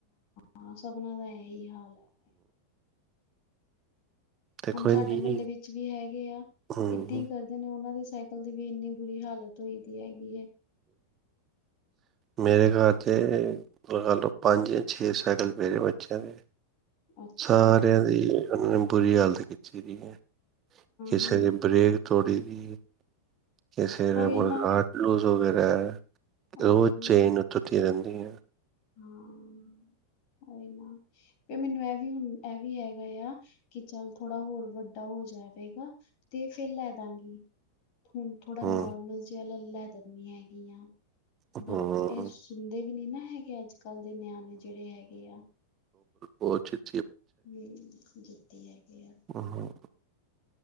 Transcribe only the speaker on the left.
ਹਾਂ ਸਭਨਾ ਦਾ ਹੈ। ਏ ਹਾਲ ਹੈ, ਏ।
ਹੁਣ
ਸਾਡੇ
ਮਹੱਲੇ ਵਿੱਚ ਵੀ ਹੈਗੇ ਆ,
ਇਦੇ ਹੀ ਕਰਦੇ ਨੇ ਉਹਨਾਂ ਦੇ ਸਾਈਕਲ ਦੀ ਵੀ ਇੰਨੀ ਬੁਰੀ ਹਾਲਤ ਹੋਈ ਦੀ ਹੈਗੀ ਐ।
ਅੱਛਾ
ਹਾਂ
ਹਾਂ
ਉਹੀ
ਨਾ
ਉਹੀ ਨਾ
ਹਾਂ ਔਹੀ ਨਾ, ਵੇ ਮੈਨੂੰ ਇਹ ਵੀ ਹੁਣ ਇਹ ਵੀ ਹੈਗਾ ਆ ਕਿ ਚੱਲ ਥੋੜਾ ਹੋਰ ਵੱਡਾ ਹੋ ਜਾਵੇਗਾ। ਤੇ ਫਿਰ ਲੈ ਦਾਂਗੀ। ਹੁਣ ਥੋੜਾ
ਨੋਰਮਲ ਜਿਹਾ ਲਲ ਲੈ ਤਾਂ ਨਹੀਂ ਹੈਗੀ ਆਂ।
ਬਟ ਇਹ ਸੁਣਦੇ ਵੀ ਨੀ ਨਾ। ਪਿਆਜ ਅੱਜ- ਕੱਲ ਦੇ ਨਿਆਣੇ ਜਿਹੜੇ ਹੈਗੇ ਆ।
ਹੂੰ। ਤੇ ਹੈ ਦੇ ਆ